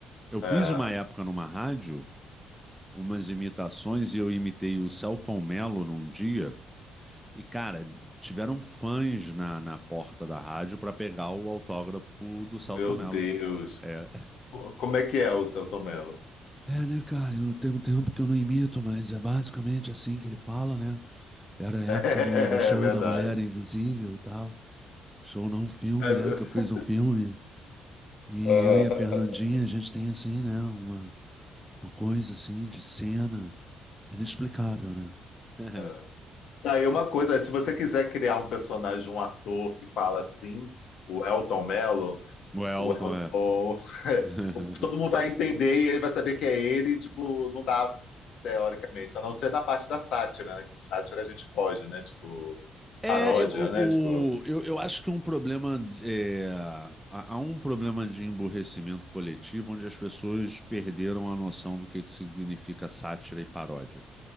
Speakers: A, in the centre; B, on the left (about 70°).
A: Eu
B: é.
A: fiz uma época numa rádio umas imitações e eu imitei o Celton Mello num dia. E, cara, tiveram fãs na, na porta da rádio pra pegar o autógrafo do Celton
B: Meu
A: Mello.
B: Deus.
A: É,
B: Como é que é o seu Tomelo?
A: É, né, cara, eu tenho um tempo que eu não imito, mas é basicamente assim que ele fala, né? Era a época
B: <laughs> É,
A: do, do show
B: verdade.
A: da Mulher Invisível e tal. Show não um filme,
B: É.
A: né? Que eu fiz um filme. E
B: <laughs>
A: eu e a Fernandinha, a gente tem assim, né? Uma, uma coisa assim de cena inexplicável, né? <laughs>
B: É. Aí uma coisa, se você quiser criar um personagem, um ator que fala assim, o Elton Mello,
A: o Elton
B: O, El-
A: é.
B: o, <laughs>
A: <laughs>
B: o- todo mundo vai entender e ele vai saber que é ele, e, tipo, não dá, teoricamente, a não ser na parte da sátira, né? Que sátira a gente pode, né? Tipo,
A: É,
B: paródia,
A: eu, o,
B: né? Tipo,
A: o- eu, eu acho que um problema é, há, há um problema de emburrecimento coletivo onde as pessoas perderam a noção do que, que significa sátira e paródia.